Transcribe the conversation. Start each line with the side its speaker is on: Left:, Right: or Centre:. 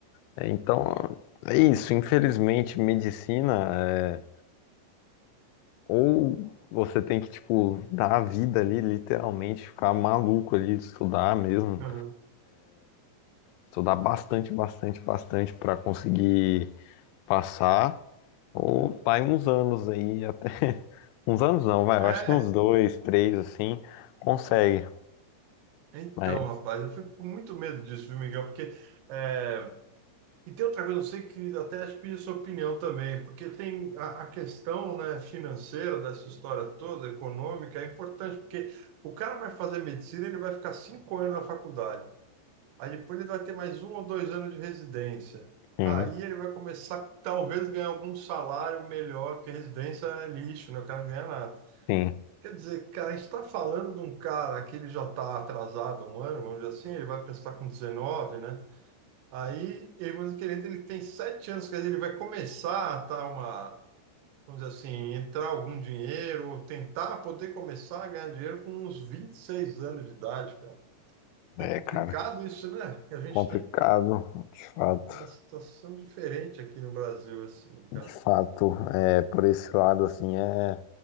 Left: É, então, é isso. Infelizmente, medicina é, ou você tem que, tipo, dar a vida ali, literalmente, ficar maluco ali, estudar mesmo,
Right: Aham.
Left: estudar bastante, bastante, bastante para conseguir passar, ou vai uns anos aí, até. <laughs> Uns anos não, vai,
Right: É,
Left: eu acho que uns dois, três, assim, consegue.
Right: então,
Left: Mas,
Right: rapaz, eu fico com muito medo disso, viu, Miguel? Porque. eh, E tem outra coisa, eu sei que até acho que pedi sua opinião também, porque tem a, a questão, né, financeira dessa história toda, econômica, é importante, porque o cara vai fazer medicina, ele vai ficar cinco anos na faculdade. Aí depois ele vai ter mais um ou dois anos de residência.
Left: sim,
Right: Aí ele vai começar, talvez, ganhar algum salário melhor, porque residência é lixo, né? O cara não ganha nada.
Left: sim.
Right: Quer dizer, cara, a gente está falando de um cara que ele já está atrasado um ano, vamos dizer assim, ele vai prestar com 19, né? Aí, ele aí você querendo, ele tem sete anos, quer dizer, ele vai começar a tá uma, vamos dizer assim, entrar algum dinheiro, ou tentar poder começar a ganhar dinheiro com uns 26 anos de idade, cara.
Left: É,
Right: É complicado
Left: cara,
Right: isso, né? A gente
Left: complicado,
Right: tem
Left: de fato.
Right: uma situação diferente aqui no Brasil, assim, cara.
Left: De fato, é, por esse lado, assim, é,